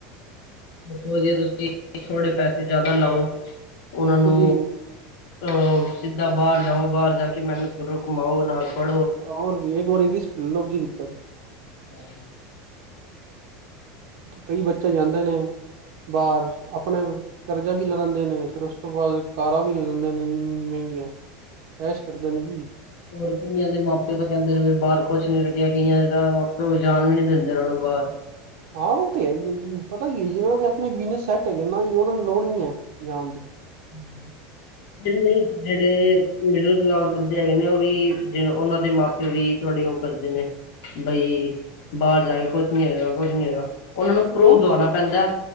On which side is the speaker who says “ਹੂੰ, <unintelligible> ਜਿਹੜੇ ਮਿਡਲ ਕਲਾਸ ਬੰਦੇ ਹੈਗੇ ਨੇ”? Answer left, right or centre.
Left